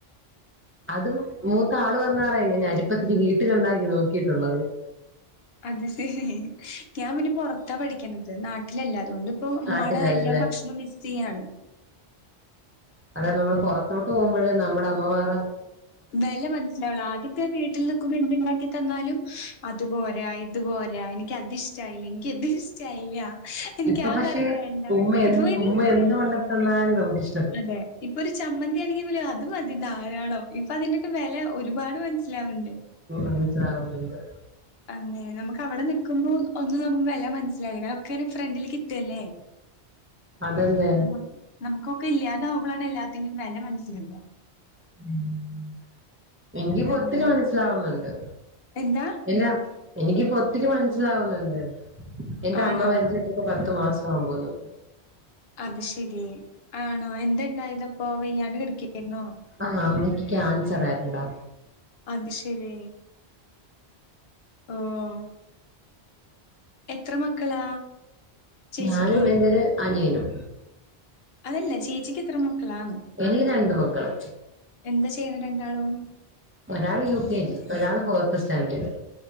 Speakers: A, on the right; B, on the left.
A: അതും മൂത്ത ആൾ വന്നാറായി ഞ അജപ്പത്തേക്ക് വീട്ടിലുണ്ടാക്കി നോക്കിയിട്ടുള്ളത്
B: അത് ശരി ഞാൻ പിന്നെ പുറത്താ പഠിക്കണത് നാട്ടിലല്ല അതുകൊണ്ട് ഇപ്പൊ
A: നാട്ടിലല്ലല്ലേ
B: മട എല്ലാ ഭക്ഷണവും മിസ് ചെയ്യയാണ്
A: അതെ നമ്മള് പുൊറത്തോട്ട് പോകുമ്പോഴേ നമ്മടെ അമ്മമാർ
B: വില മനസ്സിലാവുള്ളൂ ആദ്യൊക്കെ വീട്ടിൽ നിൽക്കുമ്പോ എന്തുണ്ടാക്കി തന്നാലും അതുപരാ ഇതുപരാ എനിക്ക് അതി ഇഷ്ടായില്ല എനിക്ക് എത് ഇഷ്ടായില്ല എനിക്ക്
A: ഇപ്പൊ
B: ആ
A: പക്ഷെ
B: കറി വേണ്ട.
A: ഉമ്മ എ
B: ഇപ്പൊ പിന്നെ
A: ഉമ്മ എന്ത് കൊണ്ടത്തന്നാലും നമുക്ക്ിഷ്ട്ടം
B: അതെ ഇപ്പൊ ഒരു ചമ്മന്തിയാണെങ്കിൽ പോല അതും മതി ധാരാളം ഇപ്പൊ അതിന്റെൊക്കെ വില ഒരുപാട് മനസ്സിലാവണ്ട്
A: അനച്ചണ്ട്
B: അങ്ങനെ നമുക്ക് അവിടെ നിിക്കുമ്പോ ഒന്നും നമുക്ക് വില മനസ്സിലായിില്ല ഒക്കെെ ഫ്രണ്ടില് കിട്ടല്ലേ
A: അതല്ലേ
B: നമ്മക്ക് നമുക്കൊക്കെ ഇല്ലാത ആാവുമ്പോഴാണ് എല്ലാത്തിന്റെയും വില മനസ്സിലുള്ള
A: ഉം എനിക്ക് പൊത്തിക്ക്
B: അങ്ങനെ
A: മനസ്സിലാവുന്നുണ്ട്
B: എന്താ
A: ഇല്ലാ എനിക്കിപ്പൊ ഒത്തിരി മനസ്സിലാകുന്നുണ്ട് എന്റെ
B: ആണോ
A: അമ്മ വലച്ചിട്ടൊക്കെ പത്തു മാസംമാവുമ പോുന്നു
B: അത് ശെരി ആണോ എന്ത ഇണ്ടായത് അപ്പോൊ വൈകാണ്ട് കിടിക്കായിരുന്നോ
A: ആഹ് അമ്മയ്ക്ക് ക്യാൻസർ ആയിരുന്നടാ
B: അത് ശരി ആഹ് എത്ര മക്കളാ ചേച്ചിക്ക്
A: ഞാനും എന്റെരു അനിയനും
B: അതല്ല ചേച്ചിക്ക് എത്ര മക്കളാണ്
A: എനിക്ക് രണ്ട് മക്കള്
B: എന്താ ചെയ്യുന്നത് രണ്ടാളും
A: ഒരാൾ യു കെ ജി ഒരാൾ ഫോർത്ത് സ്റ്റാൻഡേർഡ്